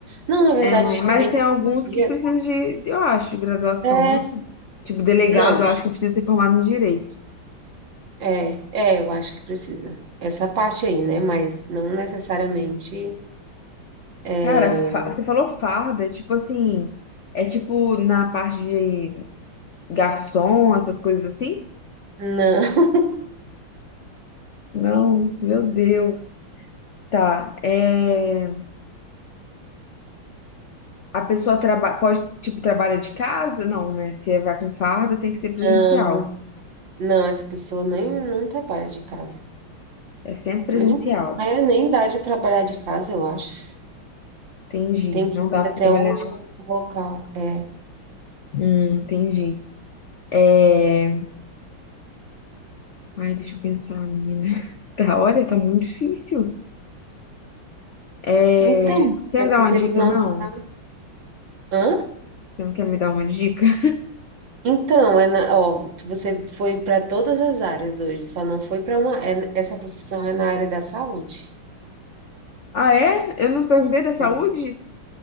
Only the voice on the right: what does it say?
Não, na verdade,
se
bem
que
hoje em
dia-
é,
não,
é, é, eu acho que precisa. Essa parte aí, né? Mas não necessariamente.
é,
Não, <laughs>
não, não, essa pessoa nem não trabalha de casa.
Nem, é, nem dá de trabalhar de casa, eu acho.
Tem que
ir até
o
o local. É.
Então,
é
porque
tu não
tá. Hã?
Então, é na... ó, tu- você foi para todas as áreas hoje, só não foi para uma. é- essa profissão é na área da saúde.
É,